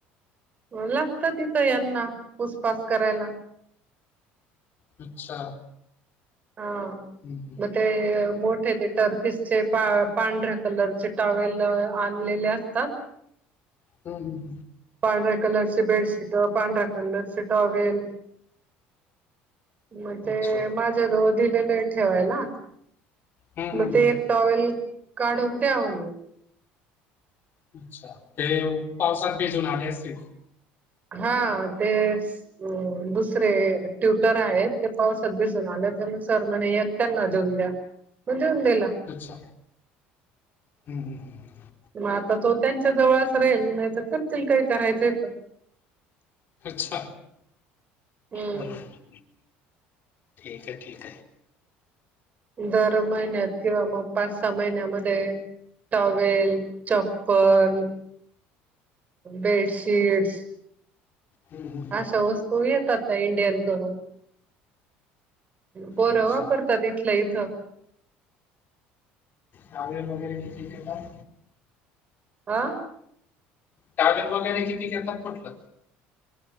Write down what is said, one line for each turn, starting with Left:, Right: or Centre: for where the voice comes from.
Right: अ लागतात तिथं यांना, पुस पास करायला.
Left: अच्छा!
Right: अ
Left: हं, हं.
Right: म ते, मोठे टर्कीसचे पा-पांढऱ्या कलरचे टॉवेल आणलेले असतात. <inaudible>
Left: हम
Right: पांढऱ्या कलरचे बेडशीट, पांढऱ्या कलरचे टॉवेल <inaudible> मग
Left: हं.
Right: ते
Left: अच्छा.
Right: माझ्या जवळ दिलेलय ठेवायला,
Left: हं,
Right: मग
Left: हं,
Right: ते
Left: हं.
Right: टॉवेल काढून द्या <unintelligible>
Left: अच्छा! ते पावसात भिजून आले असतील
Right: हा, ते अ दुसरे ट्युटर आहेत, ते पावसात भिजून आले त्यामुळे सर म्हणे यक त्यांना देऊन द्या, मग देऊन दिला.
Left: अच्छा! हम्म हम्म हम्म
Right: म आता तो त्यांच्या जवळच राहील, नाही तर करतील काय करायच तर
Left: अच्छा!
Right: हम्म.
Left: बरोबर ठीक ये ठीक ये
Right: दर महिन्यात किंवा मग पाच सहा महिन्यामध्ये टॉवेल चप पल, बेडशीट्स
Left: हम्म हम्म
Right: अशा वस्तू येतात त्या इंडियन करून पोर
Left: अच्छा.
Right: वापरतात इथल्या इथ
Left: टॉवेल वगैरे कितीत येतात?
Right: आ?
Left: टावेल वगैरे किती क येतात म्हटल?